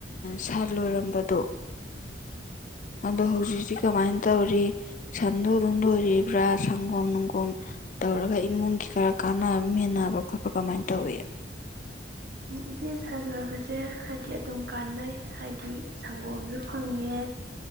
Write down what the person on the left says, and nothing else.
ꯁꯥ ꯂꯣꯏꯔꯝꯕꯗꯣ ꯑꯗꯣ ꯍꯧꯖꯤꯛꯛꯇꯤ ꯀꯃꯥꯏꯅ ꯇꯧꯔꯤ ꯁꯟꯗꯣ ꯑꯗꯨꯝ ꯂꯣꯏꯔꯤꯕ꯭ꯔꯥ ꯁꯪꯒꯣꯝ ꯅꯨꯡꯒꯣꯝ ꯇꯧꯔꯒ ꯏꯃꯨꯡꯒꯤ ꯈꯔ ꯀꯥꯟꯅꯕ ꯃꯦꯟꯅꯕ ꯈꯣꯠꯄ ꯀꯃꯥꯏꯅ ꯇꯧꯏ